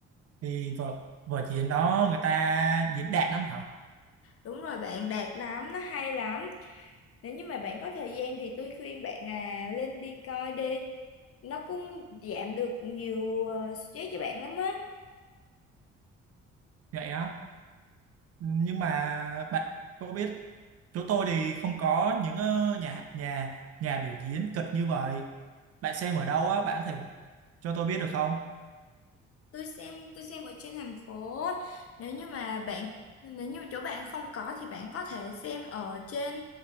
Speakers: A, on the right; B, on the left.
A: thì vở vở diễn đó người ta diễn đạt lắm hả
B: Đúng rồi bạn đạt lắm, nó hay lắm. Nếu như mà bạn có thời gian thì tôi khuyên bạn là lên đi coi đi. Nó cũng giảm được nhiều ờ, stress cho bạn lắm á.
A: vậy á nhưng mà bạn có biết chỗ tôi thì không có những ờ, nhà nhà nhà biểu diễn kịch như vậy bạn xem ở đâu á bạn có thể cho tôi biết được không
B: Tôi xem tôi xem ở trên thành phố. á. Nếu như mà bạn nếu như mà chỗ bạn không có thì bạn có thể xem ở trên